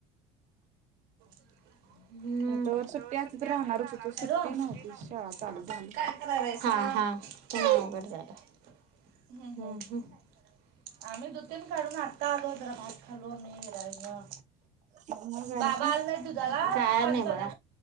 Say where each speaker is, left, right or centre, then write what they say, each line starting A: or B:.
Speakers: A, on the right; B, on the right.
A: <unintelligible>
B: तवर सुट्टी असली तर राहणारच होतो सुट्टी नव्हती शाळा चालू झाली
A: <unintelligible> आम्ही दूध तेन काढून आता आलो. जरा भात खालो. मी हेरा
B: मग
A: बाबा
B: आणि काय
A: आल नाही दुध. काय नाही बघा